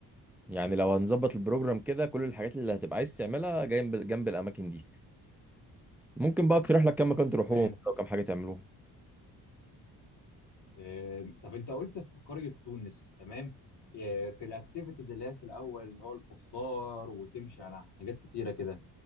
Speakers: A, in the centre; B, on the left.
A: يعني لو هنظبط البروجرام كده كل الحاجات اللي هتبقى عايز تعملها جنب جنب الاماكن دي ممكن بقى اقترح لك كم مكان تروحوهم
B: تمام
A: او كم حاجه تعملوها
B: آم، طب انت قلت في قرية تونس تمام آه، في الاكتيفيتيز اللي هي في الاول اللي هو الفخار وتمشي على حاجات كتيرة كده